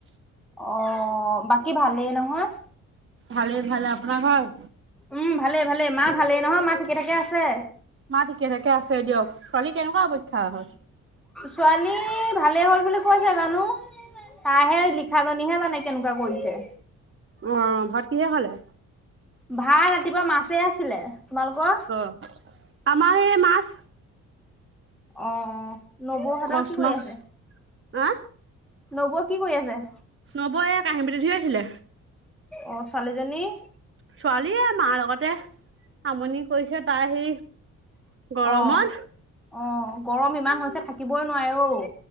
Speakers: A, in the centre; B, on the right.
A: অ বাকী ভালেই নহয়?
B: ভালেই ভালেই আপোনাৰ ভাল?
A: উম' ভালেই ভালেই, মা ভালেই নহয় ঠিকে ঠাকে আছে?
B: মা ঠিকে থাকে আছে দিয়ক, ছোৱালী কেনেকুৱা পৰীক্ষা হ'ল?
A: ছোৱালী ভালেই হ'ল বুলি কৈছে জানো। তাইহে, লিখাজনীহে জানে কেনেকুৱা কৰিছে।
B: অ' ভাত কিহে খালে?
A: ভাত ৰাতিপুৱা মাছেই আছিলে। তোমালোকৰ
B: অ' আমাৰ সেই মাছ।
A: অ' অ' নবৌহঁতৰ
B: কচ
A: কি কৰি
B: মাছ।
A: আছে?
B: হা
A: নবৌ কি কৰি আছে?
B: নবৌ এয়ে কাঁহী বাতি ধুই আছিলে।
A: অ' ছোৱালীজনী?
B: ছোৱালীয়ে মাৰ লগতে, আমনি কৰিছে তাই সি গৰমত।
A: অ অ' গৰম ইমান হৈছে থাকিবই নোৱাৰে ঔ।